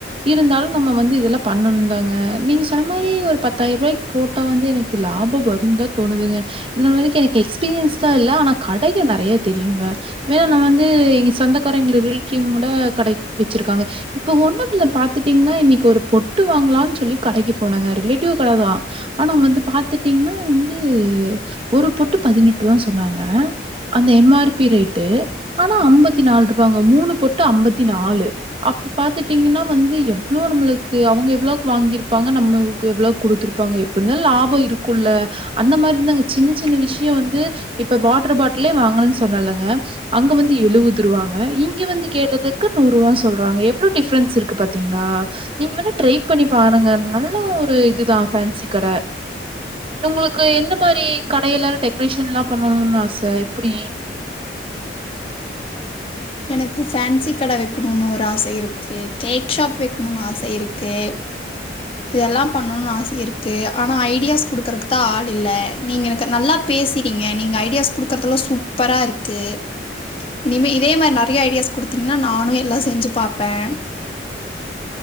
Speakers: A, on the right; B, on the left.
A: இருந்தாலும் நம்ம வந்து இதெல்லாம் பண்ணணும் தாங்க நீங்க சொன்ன மாதிரி ஒரு பத்தாயிரம் ரூபாய்கு போட்டா வந்து எனக்கு லாபம் வரும் தா தோணுதுங்க இதுநாள் வரைக்கும் எனக்கு எக்ஸ்பீரியன்ஸ் தான் இல்ல ஆனா கடைகள் நிறைய தெரியுங்க ஏன்னா நான் வந்து எங்க சொந்தக்காரன் எங்க ரிலேட்டிவ் கூட கடை வச்சிருக்காங்க இப்ப ஒண்ணுல பாத்துட்டீங்கன்னா இன்னைக்கு ஒரு பொட்டு வாங்கலாம்னு சொல்லி கடைக்கு போனாங்க ரிலேட்டிவ் கடை தான் ஆனா வந்து பாத்துட்டீங்கன்னா வந்து ஒரு பொட்டு பதினெட்டு ரூபான்னு சொன்னாங்க அந்த எம் ஆர் பி ரேட்டு ஆனா ஐம்பத்தி நாலு ரூபாங்க மூணு பொட்டு ஐம்பத்தி நாலு அப்ப பாத்துட்டீங்கன்னா வந்து எவ்ளோ நம்மளுக்கு அவுங்க எவ்ளோவுக்கு வாங்க இருப்பாங்க நம்மளுக்கு எவ்வளவுக்கு குடுத்துருப்பாங்க எப்டி இருந்தாலும் லாபம் இருக் க்குள்ள அந்த மாதிரி இருந்தாங்க இன்னும் சின விஷயம் வந்து இப்ப வாட்டர் பாட்டிலே வாங்கணும்னு சொன்னலங் ங்க அங்க வந்து எழுபது ரூவாங்க இங்க வந்து கேட்டதுக்கு நூறு ரூவனு சொல்றாங்க எவ்ளோ டிஃரன்ஸ் இருக்கு பாத்தீங்களா நீங்க வே ட்ரை பண்ணி பாருங்க நல்லா ஒரு இதுதான் ஃபேன்சி கடை உங்களுக்கு எந்த மாரி கடையல்ல டெக்கரேஷன் எல்லாம் பண்ணணும்னு ஆசை எப்டி
B: எனக்கு ஃபேன்சி கடை வைக்கணும்னு ஒரு ஆசை இருக்கு கேக் ஷாப் வைக்கணும்னு ஆசை இருக்கு இதெல்லாம் பண்ணணும்னு ஆசை இருக்கு ஆனா ஐடியாஸ் கொடுக்கறக்கு தான் ஆள் இல்லை நீங்க எனக்கு நல்லா பேசிறீங்க நீங்க ஐடியாஸ் கொடுக்கறதெல்லாம் சூப்பர இருக்கு இனிமே இதே மாதிரி நிறைய ஐடியாஸ் குடுத்தீங்கன்னா நானும் எல்லாம் செஞ்சு பாார்ப்பேன்